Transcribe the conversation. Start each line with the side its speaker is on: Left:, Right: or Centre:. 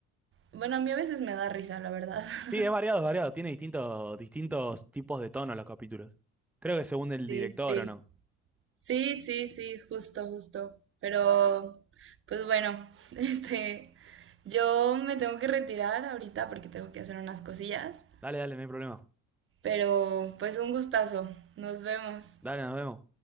Right: Bueno, a mí a veces me da risa, la verdad. <laughs>
Centre: Sí, es variado, es variado. Tiene distintos, distintos tipos de tono los capítulos. Creo que según el
Right: Sí,
Centre: director
Right: sí.
Centre: o no.
Right: Sí, sí, sí, justo, justo. Pero, pues bueno, <laughs> este... Yo me tengo que retirar ahorita porque tengo que hacer unas cosillas.
Centre: Dale, dale, no hay problema.
Right: Pero, pues un gustazo. Nos vemos.
Centre: Dale, nos vemos.